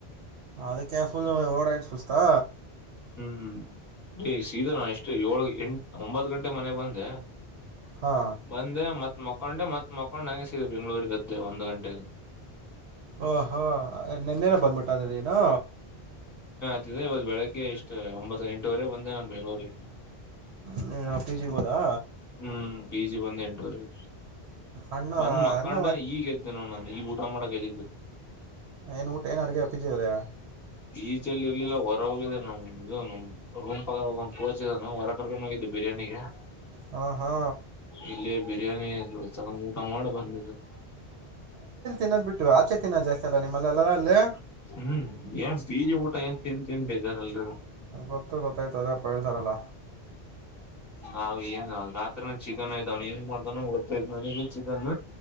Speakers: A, on the right; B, on the left.
A: ಅದಕ್ಕೆ ಫುಲ್ ಓಡ ಆಯ ಪುಸ್ತಾ.
B: ಹ್ಮ್ ಸೀದ ನ ಎಷ್ಟು ಏಳ ಎಂಟ ಒಂಬತ್ ಗಂಟೆ ಮನೆ ಬಂದೆ.
A: ಹಾ
B: ಬಂದೆ ಮತ್ ಮಕೊಂಡೆ ಮತ್ತ್ ಮಕೊಂಡ್ ಹಂಗೆ ಸೀ ಬೆಂಗ್ಗಳೂರಿಗದ್ದೆ ಒಂದು್ ಗಂಟೆಗೆ.
A: ಓ ಓ ನಿನ್ನೆನೆ ಬಂದಬಿಟ್ಟ ನೀನು.
B: ಏ ಇವತ್ತು ಬೆಳಿಗ್ಗೆ ಇಷ್ಟು ಒಂಬತ್ತ ಎಂಟುವರೆಗೆ ಬಂದೆ ನಾನ ಬೆಂಗಳೂರಿಗೆ.
A: ಹ್ಮ್ ಆಫೀಸ್ ಗೆ ಹೋದಾ.
B: ಹ್ಮ್ ಪಿ ಜಿ ಬಂದ್ ಎಂಟವರೆ ಆಯ್ತು
A: ಅಣ್ಣ
B: ಬಂದ್ ಮಕೊಂಡು
A: ಅಣ್ಣ
B: ಈಗ ಎದಿನಿ ನೋಡು ನಾನು. ಊಟ ಮಾಡ ಕತಿದು.
A: ಏನು ಊಟ ಏನು ಅಡುಗೆ ಪಿ ಜಿಯಲ್ಲಿ
B: ಪಿಜಿಲಿ ಎಲೆಲೋ ಹೊರಗ ಹೋಗಿದೆ ನಮ ಇದು ನಮ ರೂಮ್ ಪಕ್ಕ ಹೋಗ್ ಕೋಚ್ ಇದನ ಹೊರಗ ಕರ್ಕೊಂಡು ಹೋಗಿದ್ದೆ ಬಿರಿಯಾನಿಗೆ.
A: ಹ್ಮ ಹಾ.
B: ಇಲ್ಲೇ ಬಿರಿಯಾನಿ ಇದು ಚೆನ್ನಗಿ ಊಟ ಮಾಡ ಬಂದಿದು.
A: ಮನಿ ಅಲ್ಲಿ ತಿನೋದು ಬಿಟ್ಟು ಆಚೆ ತಿನ್ನದು ಜಾಸ್ತಿ ಅಲ್ಲ ನಿಮ್ಮಲ್ಲೆಲ್ಲಾರ ಅಲ್ಲೇ.
B: ಹ್ಮ್ ಏನ್ ಪಿಜಿ ಊಟ ಏನ್ ತಿಂದ ತಿಂದ ಏನ ಬೇಜಾರಲರಿ.
A: ಗೊತ್ತು ಗೊತ್ತಾಯ್ತು ಅದಪ್ಪ ಹೇಳ್ತಾರಲ್ಲ.
B: ನಾವು ಏನ್ ರಾತ್ರಿನ ಚಿಕನ್ ಐತಿ ಅವನು ಹೆಂಗ ಮಾಡತವನ ಗೊತ್ತಾಯ ನನಗ ಚಿಕನ್.